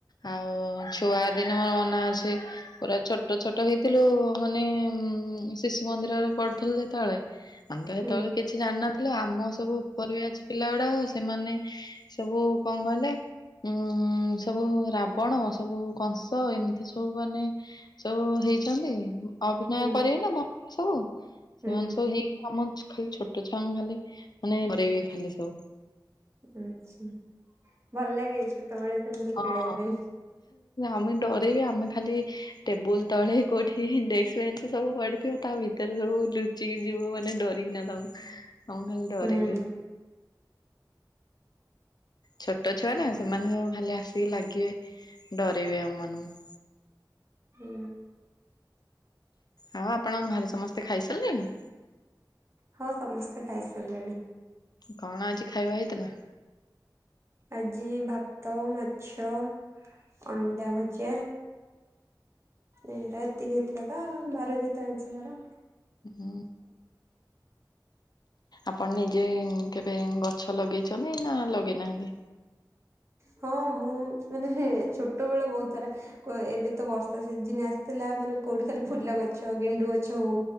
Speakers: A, on the left; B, on the right.
A: ଆଉ ଛୁଆ ଦିନ ମୋର ମନେ ଅଛି ପୁରା ଛୋଟ ଛୋଟ ହେଇଥିଲୁ ମାନେ, ଉ ଶିଶୁ ମନ୍ଦିର ରେ ପଢୁଥିଲ ଯେତେବେଳେ, ଆମ ତ ସେତେବେଳେ
B: ହୁଁ
A: କିଛି ଜାଣିନଥି ତାଲେ ଆମ ସବୁ ଉପର ବାଚ୍ ପିଲା ଗୁଡାକ ସେମାନେ ସବୁ କଣ କହିଲେ ଉଁ ସବୁ ରାବଣ ସବୁ କଂସ ଏମିତି ସବୁ ମାନେ ସବୁ ହେଇଛନ୍ତି, ଅଭିନୟ
B: ହୁଁ
A: କରିବେ ନା ତାପରେ ସବୁ
B: ହୁଁ
A: ସେମାନେ ସବୁ ହେଇ ଆମ ଖାଲି ଛୋଟ ଛୁଆଙ୍କୁ ଖାଲି ମାନେ ଡରେଇବେ ଖାଲି ସବୁ।
B: ଆଛା, ଭଲ ଲାଗେ ଛୋଟବେଳେ ସେମତି
A: ହଁ
B: ଖେଳେଇବା ପାଇଁ?
A: ଆମେ ଡରେଇବେ, ଆମେ ଖାଲି ଟେବୁଲ ତଳେ କୋଉଠି ଡେକ୍ସ୍ ବେଞ୍ଚ ସବୁ ପଡିଥିବ ତା ଭିତରେ ସବୁ ଲୁଚିକି ଯିବୁ ମାନେ ଡରିକିନା ତାଙ୍କୁ, ଆମକୁ ଖାଲି ଡରାଇବେ।
B: ହୁଁ
A: ଛୋଟ ଛୁଆ ନା ସେମାନେ ସବୁ ଖାଲି ଆସିକି ଲାଗିବେ ଡରେଇବେ ଆମମାନଙ୍କୁ।
B: ହୁଁ।
A: ଆଉ ଆପଣଙ୍କ ଘରେ ସମସ୍ତେ ଖାଇସାରିଲେଣି?
B: ହଁ ସମସ୍ତେ ଖାଇସାରିଲେଣି।
A: କଣ ଆଜି ଖାଇବା ହେଇଥିଲା?
B: ଆଜି ଭାତ, ମାଛ, ଅଣ୍ଡା ଭୁଜିଆ। ଏରା ଏତିକି ହେଇଥାନ୍ତା, <unintelligible> ଆମର।
A: ହୁଁ। ଆପଣ ନିଜେ କେବେ ଗଛ ଲଗେଇଛନ୍ତି ନା ଲଗେଇନାହାନ୍ତି?
B: ହଁ ମୁଁ ମାନେ ଛୋଟ ବେଳେ ବହୁତ ଥର ଏବେ ତ ବର୍ଷା ସିଜିନି ଆସିଥିଲା, ମାନେ କୋଉଠି ଖାଲି ଫୁଲ ଗଛ, ଗେଣ୍ଡୁ ଗଛ ହଉ